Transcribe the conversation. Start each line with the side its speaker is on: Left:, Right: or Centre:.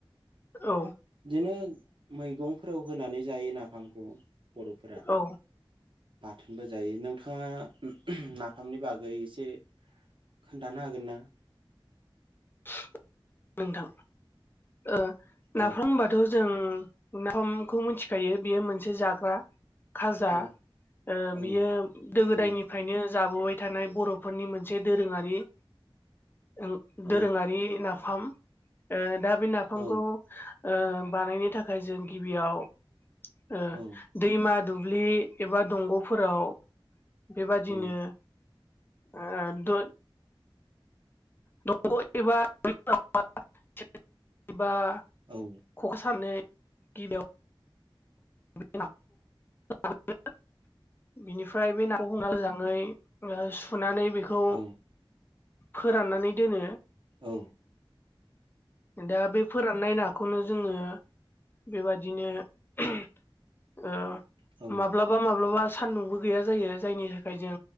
Left: औ।
Right: बिदिनो मैगंफोराव होनानै जायो नाफामखौ बर'फोरा।
Left: औ
Right: बाथोनबो जायो नोंथाङा <inaudible> नाफामनि बागै एसे खोनथानो हागोन ना?
Left: <inaudible> नोंथां ओ नाफाम
Right: औ
Left: बानाय थ' जों नाफामखौ मिथिखायो बेयो मोनसे जाग्रा खाजा
Right: औ
Left: ओ
Right: औ
Left: बियो गोदो-गोदायनिफ्रायनो
Right: औ
Left: जाबोबाय थानाय बर'फोरनि मोनसे दोरोङारि ओं दोरोङारि
Right: औ
Left: नाफाम ओ दा बे नाफामखौ
Right: औ
Left: ओ बानायनो थाखाय जों गिबियाव ओ
Right: औ
Left: दैमा दुब्लि एबा दंग'फोराव बेबादिनो
Right: औ
Left: आ द दंग एबा जामफैफोराव <inaudible> एबा
Right: औ।
Left: ख'खा सानानै गिबियाव औ <unintelligible> <unintelligible> बिनिफ्राय बे नाखौ मोजाङै सुनानै बेखौ
Right: औ
Left: फोराननानै दोनो
Right: औ
Left: दा बे फोराननाय नाखौनो जोंङो बेबादिनो ओ माब्ला
Right: औ
Left: माब्लाबा माब्लाबा सानदुंबो गैया जायो जायनि थाखाय जों